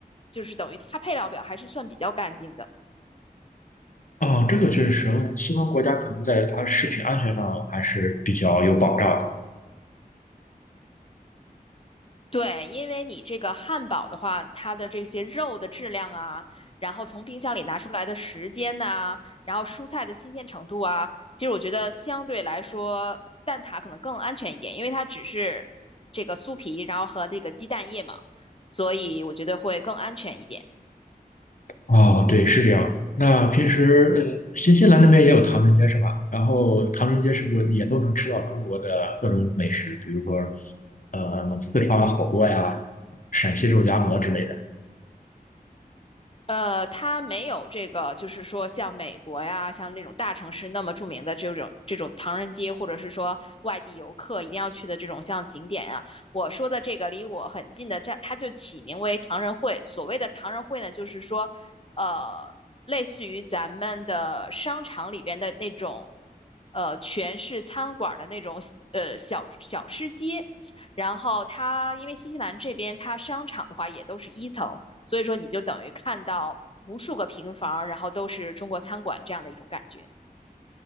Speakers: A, on the left; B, on the left.
A: 就是等于它配料表还是算比较干净的。
B: 啊、这个确实，我感觉西方国家可能在它食品安全上还是比较有保障的。
A: 对，因为你这个汉堡的话，它的这些肉的质量啊，然后从冰箱里拿出来的时间呐、然后蔬菜的新鲜程度啊，其实我觉得相对来说，蛋挞可能更安全一点，因为它只是这个酥皮，然后和这个鸡蛋液嘛，所以我觉得会更安全一点。
B: 啊、对，是这样的。那平时，呃，新西兰那边也有唐人街是吧？然后唐人街是不是也都能吃到中国的各种美食，比如说，呃，四川火锅呀、陕西肉夹馍之类的？
A: 呃，它没有这个，就是说像美国呀，像那种大城市那么著名的这种这种唐人街，或者是说外地游客一定要去的这种像景点啊。我说的这个离我很近的，它它就起名为唐人会。所谓的唐人会呢，就是说，呃，类似于咱们的商场里边的那种，呃，全是餐馆儿的那种，呃，小小吃街。然后它因为新西兰这边它商场的话也都是一层，所以说你就等于看到无数个平房，然后都是中国餐馆这样的一种感觉。